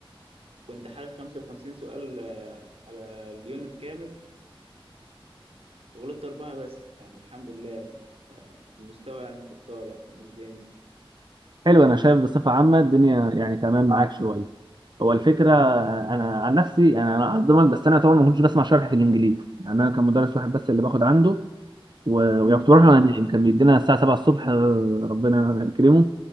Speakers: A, on the right; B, on the right.
A: فكنت حل 55 سؤال على اليونت كامل غلطت اربعه بس يعني الحمد لله المستوى يعني طالع مش بينزل
B: حلو انا شايف بصفه عامه الدنيا يعني تمام معاك شويه هو الفكره انا عن نفسي يعني انا هصدمك بس انا طبعا ما كنتش بسمع شرح في الانجليزي يعني انا كان مدرس واحد بس اللي باخد عنده و- ويعني كنت بروح
A: اه
B: له انام كان بيدينا الساعه 7 الصبح آه، ربنا يكرمه